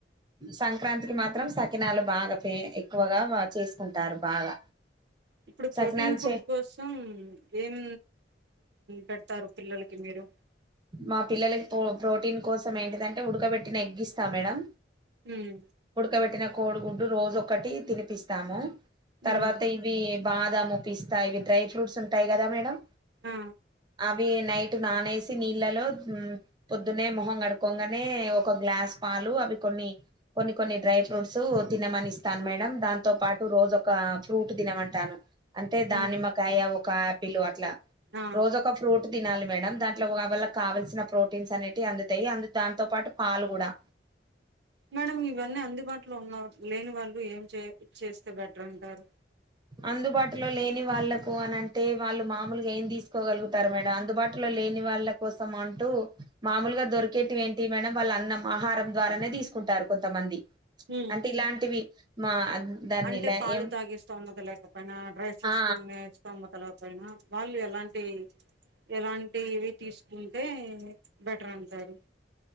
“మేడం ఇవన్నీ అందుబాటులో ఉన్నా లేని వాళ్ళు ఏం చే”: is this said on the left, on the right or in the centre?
Right